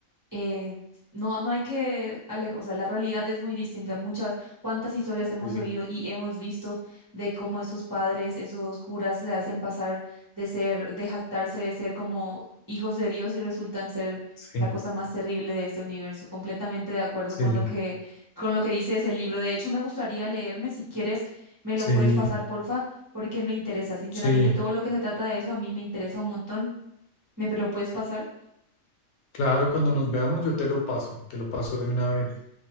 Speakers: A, on the right; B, on the left.
A: eh, no, no hay que alejar, o sea, la realidad es muy distinta. Muchas, cuántas historias hemos
B: Sí,
A: oído y hemos visto de cómo esos padres, esos curas se hacen pasar de ser, de jactarse, de ser como hijos de Dios y resultan ser
B: sí,
A: la cosa más terrible de este universo. Completamente de acuerdo
B: sí,
A: con lo que, con lo que dice ese libro. De hecho, me gustaría leerme, si quieres, me lo
B: sí,
A: puedes pasar, porfa, porque me interesa. Sinceramente,
B: sí.
A: todo lo que se trata de eso a mí me interesa un montón. ¿Me lo puedes pasar?
B: Claro, cuando nos veamos yo te lo paso, te lo paso de una vez.